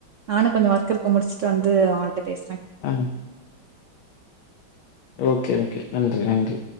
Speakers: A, on the right (about 65°); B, on the left (about 80°).
A: நானு கொஞ்சோ ஒர்க் இருக்கு முடிச்சுட்டு வந்து ஆன் பேஸ்ர
B: ஆ. ஓகே ஓகே நன்றி நன்றி